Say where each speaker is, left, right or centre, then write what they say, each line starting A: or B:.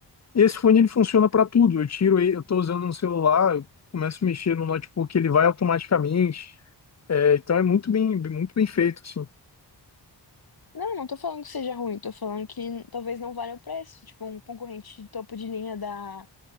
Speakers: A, on the left (about 40°); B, on the left (about 55°).
A: e esse fone ele funciona para tudo. Eu tiro, ele- eu estou usando um celular, eu começo a mexer no notebook, ele vai automaticamente. É, então é muito bem, muito bem feito, assim.
B: Não, não tô falando que seja ruim, tô falando que talvez não valha o preço. Tipo, um concorrente de topo de linha da